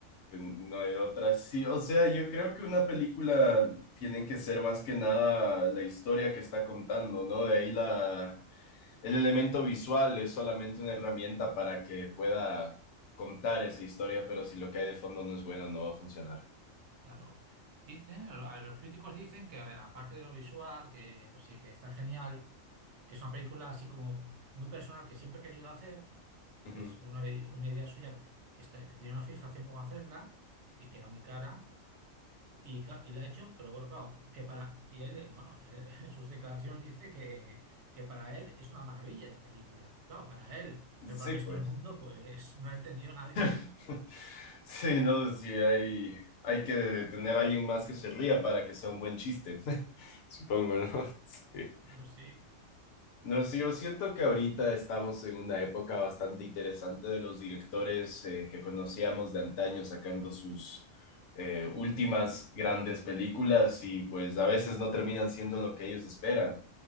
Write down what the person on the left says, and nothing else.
No hay otra, sí. O sea, yo creo que una película tiene que ser más que nada la historia que está contando, ¿no? De ahí la el elemento visual es solamente una herramienta para que pueda contar esa historia, pero si lo que hay de fondo no es bueno, no va a funcionar.
Ujú.
Sí,
pues.
<laughs> Sí, no, sí, hay, hay que tener a alguien más que se ría para que sea un buen chiste, <laughs> supongo, ¿no? <laughs> Sí.
No sé, yo siento que ahorita estamos en una época bastante interesante de los directores eh, que conocíamos de antaño sacando sus eh, últimas grandes películas y pues a veces no terminan siendo lo que ellos esperan.